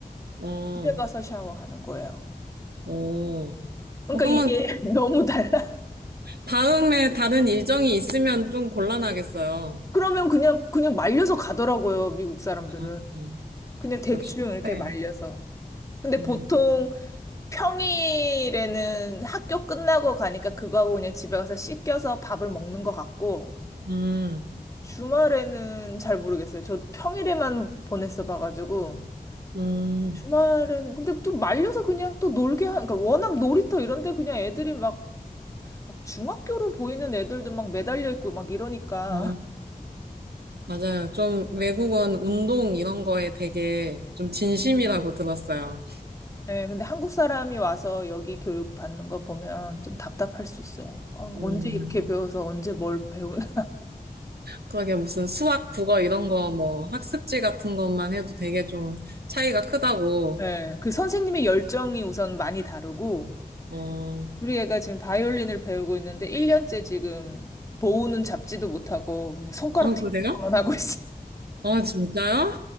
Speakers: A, on the right; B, on the left.
A: 어,
B: 집에 가서 샤워하는 거예요.
A: 어.
B: 그러니까
A: 어, 그러면
B: 이게
A: 그
B: <laughs> 너무 달라.
A: 다음에 다른 일정이 있으면 좀 곤란하겠어요.
B: 그러면 그냥 그냥 말려서 가더라고요, 미국 사람들은.
A: 음, 음.
B: 그냥 대충
A: 역시.
B: 이렇게
A: 네.
B: 말려서. 근데
A: 음.
B: 보통 평일에는 학교 끝나고 가니까 그거하고 그냥 집에 가서 씻겨서 밥을 먹는 것 같고
A: 음,
B: 주말에는 잘 모르겠어요. 저도 평일에만 보냈어 봐가지고.
A: 음,
B: 주말에는 근데 또 말려서 그냥 또 놀게 하 그러니까 워낙 놀이터 이런 데 그냥 애들이 막, 막 중학교로 보이는 애들도 막 매달려 있고 막 이러니까
A: 음.
B: <laughs>
A: 맞아요. 좀 외국은 운동 이런 거에 되게 좀 진심이라고 들었어요.
B: 예 근데 한국 사람이 와서 여기 교육 받는 거 보면 좀 답답할 수 있어요 어,
A: 음,
B: 언제 이렇게 배워서 언제 뭘 배우나
A: 그러게 무슨 수학, 국어 이런 거 뭐 학습지 같은 것만 해도 되게 좀 차이가 크다고.
B: <laughs> 예 그 선생님의 열정이 우선 많이 다르고
A: 어, 어,
B: 우리 애가 지금 바이올린을 배우고 있는데 1년째 지금 보우는 잡지도 못하고 그냥 손가락 튕기는
A: 그래요?
B: 것만 하고 있어
A: 어, 진짜요?